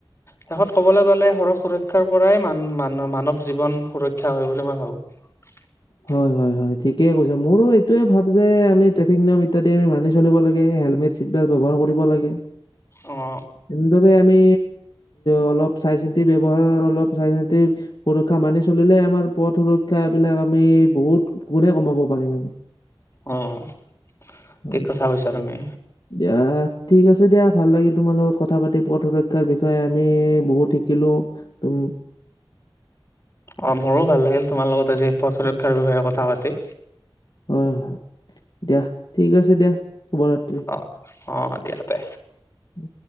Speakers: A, on the left; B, on the left.
A: শেষত কবলৈ গ'লে সৰহ সুৰক্ষাৰ পৰাই মানৱ জীৱন সুৰক্ষা হয় বুলি মই ভাবো। <unintelligible>
B: হয় হয় হয় ঠিকেই কৈছে মোৰো এইটোৱে ভাব যে আমি ট্ৰেফিক নিয়ম ইত্যাদি আমি মানি চলিব লাগে হেলমেট চীটবেল ব্যৱহাৰ কৰিব লাগে।
A: অ
B: এনেদৰে আমি অলপ চাই চিন্তি ব্যৱহাৰ, অলপ চাই চিন্তি সুৰক্ষা মানি চলিলে আমাৰ পথ সুৰক্ষা বিলাক আমি বহুত গুণে কমাব পাৰিম আমি।
A: অ',
B: হয়,
A: থিক কথা কৈছা তুমি।
B: দিয়া ঠিক আছে দিয়া, ভাল লাগিল তোমাৰ লগত কথা পাতি পথ সুৰক্ষাৰ বিষয়ে আমি বহুত শিকিলোঁ। তুম
A: অ', মোৰো ভাল লাগিল তোমাৰ লগত আজি পথ সুৰক্ষাৰ বিষয়ে কথা পাতি।
B: হয় হয়, দিয়া ঠিক আছে দিয়া, শুভৰাত্ৰি।
A: অ', অ', দিয়া তে।
B: উ